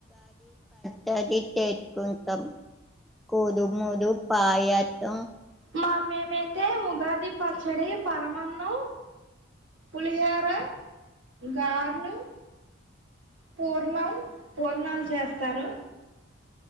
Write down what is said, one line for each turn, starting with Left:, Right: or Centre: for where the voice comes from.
Centre: తది తెేట్టుకుంటాం కూదుముదు పాయత్తం
Right: మా మేమయితే ఉగాది పచ్చడి పరమన్నం పులిహార, గార్లు పూర్ణం పూర్ణాలు చేస్తారు.